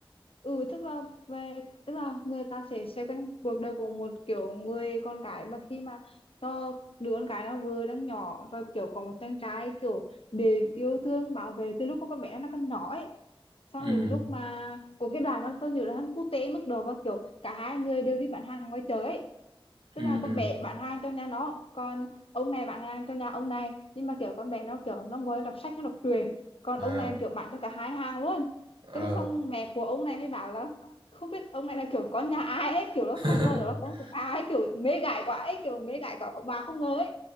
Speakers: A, on the left; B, on the right.
A: ừ tức là về tức là người ta sẽ xoay quanh cuộc đời của một kiểu người con gái mà khi mà nó đứa con gái nó vừa đang nhỏ rồi kiểu có một chàng trai kiểu đến yêu thương bảo vệ từ lúc mà con bé nó còn nhỏ ấy xong
B: Ừ,
A: đến lúc mà có cái đoàn nó tôi nhớ là hắn quốc tế mức độ và kiểu cả hai người đều đi bán hàng ngoài chợ ấy tức
B: ừ,
A: là con
B: ừ.
A: bé bạn hàng cho nhà nó còn ông này bạn hàng cho nhà ông này nhưng mà kiểu con bé nó kiểu nó ngồi nó đọc sách nó đọc truyện còn
B: Ờ,
A: ông này kiểu bạn cho cả hai hàng luôn
B: ờ.
A: tức là xong mẹ của ông này mới bảo là không biết ông này là kiểu con nhà ai ấy kiểu nó
B: <laughs>
A: không ngờ đó là nó con của bà ấy kiểu mê gái quá ấy kiểu mê gái cả ông bà không ngờ ấy